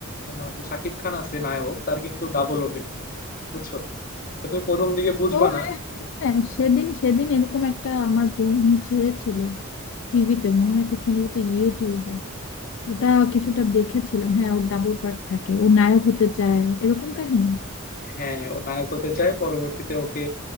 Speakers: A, on the left; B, on the left.
A: তোমার যে শাকিব খান আছে নায়ক তার কিন্তু ডাবল অভিনয় বুঝছো এটা তুমি প্রথম দিকে বুঝবা
B: ও হ্যাঁ
A: না
B: হ্যাঁ হ্যাঁ সেদিন সেদিন এরকম একটা আমার বোন ছেড়েছিল টিভিতে মনে হয় খুব সম্ভবত ইউটিউবে ওটা কিছুটা দেখেছিলাম হ্যাঁ ওর ডাবল পার্ট থাকে ও নায়ক হতে চায় এরকম কাহিনী
A: হ্যাঁ ও নায়ক হতে চায় পরবর্তীতে ওকে